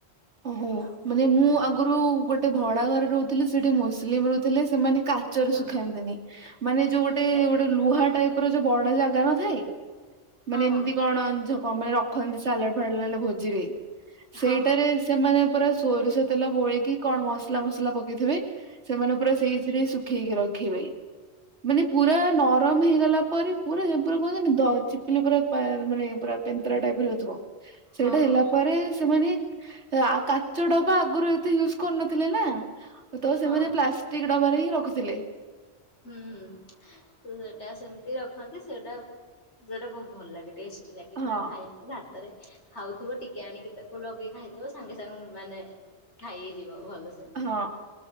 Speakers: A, on the right; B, on the left.
A: ଓହୋ
B: ଆଉ
A: ମାନେ
B: ହୁଁ
A: ମୁଁ ଆଗରୁ ଗୋଟେ ଭଡା ଘରେ ରହୁଥିଲି ସେଠି ମୁସଲିମ ରହୁଥିଲେ ସେମାନେ କା ଚରେ
B: ହଁ
A: ଶୁଖାନ୍ତିନି ମାନେ ଯୋଉ ଗୋଟେ
B: ହଉ
A: ଗୋଟେ ଲୁହା ଟାଇପର ଯୋଉ ବଡ ଜାଗା ନଥାଏ ମାନେ ଏମିତି
B: ହଁ
A: କଣ ମାନେ ଏମତି ସବୁ ରଖନ୍ତି ସାଲାଡ ଫାଲାଡ ହେଲେ ଭୋଜିରେ। ସେଇଟାରେ
B: ହଁ
A: ସେମାନେ ପୁରା ସୋରିଷ ତେଲ ଗୋଳେଇକି କଣ ମସଲା ମସଲା ପକେଇଥିବେ, ସେମାନେ ପୁରା
B: ହୁଁ
A: ସେଇଥିରେ ସୁଖେଇକି ରଖିବେ। ମାନେ ପୁରା ନରମ ହେଇଗଲା ପରେ ପୁରା ପୁରା କୁହନ୍ତନି ଚିପିଲି ପୁରା ମାନେ ପୁରା ପେପରା ଟାଇପର ହଉଥିବ
B: ହଁ
A: ସେଇଟା
B: ହଁ
A: ହେଲା ପରେ ସେମାନେ କାଚ ଡବା ଆଗରୁ ଏତେ ୟୁଜ୍ କରିନଥିଲେ ନା ତ
B: ହଁ।
A: ସେମାନେ ପ୍ଲା ଷ୍ଟିକ୍ ଡବାରେ ହିଁ ରଖୁଥିଲେ।
B: ହୁଁ ହୁଁ ସେଟା ସେମିତି ରଖନ୍ତି ସେଟା ସେଟା ବହୁତ ଭଲ ଲାଗେ ଟେଶ ଷ୍ଟି ଲାଗେ
A: ହଁ
B: ପୁରା ଖାଇ ଭାତରେ ଖାଉଥିବ ଟିକେ ଆଣିକି ତାକୁ ଲଗେଇକି ଖାଇଦବ ସାଙ୍ଗେ ସାଙ୍ଗେ ମାନେ ଖାଇ ହେଇଯିବ ଭଲସେ।
A: ହଁ